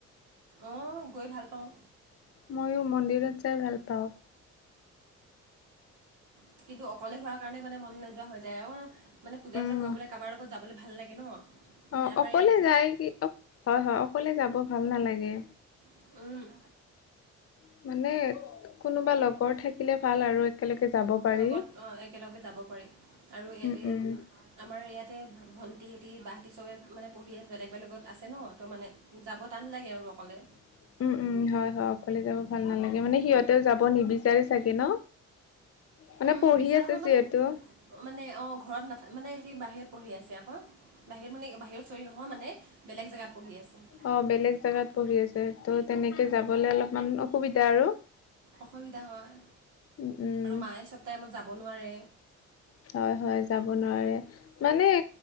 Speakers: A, on the right (about 75°); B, on the left (about 50°).
A: আহ গৈ ভাল পাওঁ।
B: <unintelligible> মইয়ো মন্দিৰত যাই ভাল পাওঁ
A: <unintelligible> কিন্তু অকলে হোৱাৰ কাৰণে মানে মন নোযোৱা হৈ যায় অ মানে পূজা-চূজা
B: উম,
A: কৰিবলৈ কাৰোবাৰ লগত যাবলৈ ভাল লাগে ন <unintelligible>
B: <unintelligible> অ
A: আমাৰ
B: অকলে
A: ইয়াত
B: যায় কি অ হয় হয় অকলে যাব ভাল নালাগে
A: এতিয়া
B: <unintelligible> মানে কোনোবা লগৰ থাকিলে ভাল আৰু একেলগে যাব পাৰি
A: লগত <unintelligible> একেলগে যাব পাৰি আৰু ইয়াতে
B: উম উম
A: আমাৰ ইয়াত <unintelligible> তাতে ভণ্টি হেঁতি বাহেঁতি চবে মানে পঢ়ি আছে বেলেগ বেলেগত আছে ন ত' মানে যাব টান লাগে আৰু <unintelligible> অকলে
B: <unintelligible> উম-উম হয়-হয় অকলে যাব ভাল নালাগে মানে সিহঁতেও যাব নিবিচাৰে চাগে ন মানে
A: উম
B: পঢ়ি
A: বিচাৰ
B: আছে
A: মানে
B: যিহেতু
A: মানে অ ঘৰত না মানে সেতি বাহিৰত পঢ়ি আছে আকৌ। বাহিৰত মানে বাহিৰত চৰি নহয় মানে বেলেগ জেগাত পঢ়ি আছে।
B: অ' বেলেগ জেগাত পঢ়ি আছে ত' তেনেকে
A: উম,
B: যাবলে অলপমান অসুবিধা আৰু।
A: অসুবিধা হয়
B: উম উম
A: আৰু মায়ে চব টাইমত যাব নোৱাৰে।
B: হয় হয় যাব নোৱাৰে মানে